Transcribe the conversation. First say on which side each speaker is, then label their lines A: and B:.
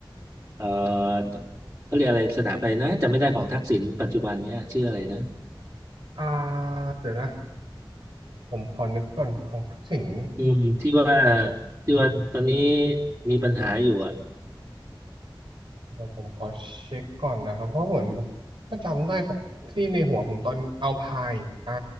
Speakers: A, on the right (about 35°); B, on the right (about 70°).
A: เอ่อ เขาเรียกอะไรสนามอะไรนะจำไม่ได้ของทักษิณปัจจุบันเนี้ยชื่ออะไรนะ
B: อ่าเดี๋ยวนะ ผมขอนึกก่อนของทักษิณ
A: อืมที่ว่าที่ว่าตอนนี้มีปัญหาอยู่อ่ะ
B: เดี๋ยวผมขอเช็คก่อนนะครับ เพราะเหมือน ถ้าจำได้ของที่ในหัวผมตอนเอาพายอ่า